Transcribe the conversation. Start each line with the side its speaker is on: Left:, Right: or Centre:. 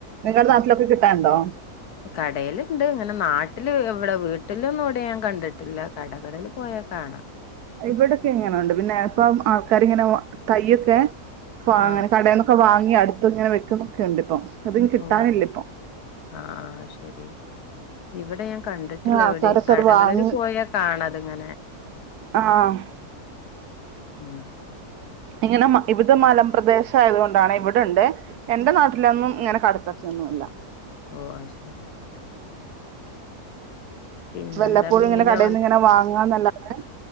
Right: നിങ്ങളുടെ നാട്ടിലൊക്കെ കിട്ടാണ്ടോ
Left: കടേല്ണ്ട് ഇങ്ങനെ നാട്ട വീട്ടില് എവിടെ വീട്ടിലൊന്നും ഇവിടെ ഞാൻ കണ്ടിട്ടില്ല കടകളിൽ പോയാൽ കാണാം
Right: ഇവിടെൊക്കെ ഇങ്ങനെുണ്ട് പിന്നെ എപ്പ ആൾക്കാരി ഇങ്ങനെ തയ്യൊക്കെ <unintelligible>
Left: ആഹ്
Right: കടന്നൊക്കെ വാങ്ങ ഇ അടുത്ത ഇങ്ങനെ വെക്കുന്നൊക്കെ ഉണ്ട് ഇപ്പം അത് കിട്ടാനില്ല
Left: ഓ
Right: ഇപ്പം
Left: ആഹ ശരി ഇവിടെ ഞാൻ കണ്ടിട്ടില്ല
Right: ആൾക്കാരൊക്കെ
Left: എവിടെ കടകളില്
Right: അത് വാങ്ങി
Left: പോയാ കാണതി ഇങ്ങനെ
Right: ആഹ
Left: ഉം
Right: ഇങ്ങനെ ഇവിടെ മലപ്രദേശം ആയത കൊണ്ടാണ് ഇവിടെണ്ട് എന്റെ നാട്ടിലന്നും ഇങ്ങനെ കടത്ത <unintelligible>
Left: ഓ അ ശരി പിന്നെന്താ
Right: വല്ലപ്പോഴും
Left: മീനോ
Right: ഇങ്ങനെ കടയിൽന്ന് ഇങ്ങനെ വാങ്ങാന്നല്ല അ